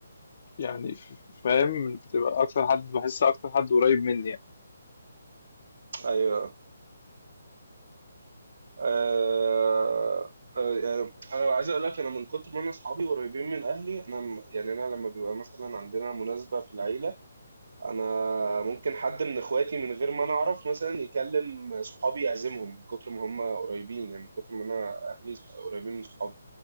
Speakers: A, on the left (about 50°); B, on the right (about 65°).
A: ويعني ف- فاهم بتبقى اكتر حد بحس اكتر حد قريب مني يعني.
B: ايوه آه آه يعني انا عايز اقول لك انا من كتر ما انا اصحابي قريبين من اهلي انا م- يعني انا لما بيبقى مثلا عندنا مناسبه في العيله انا ممكن حد من اخواتي من غير ما انا اعرف مثلا يكلم صحابي يعزمهم من كتر ما هم قريبين يعني من كتر ما انا اهلي قريبين من صحابي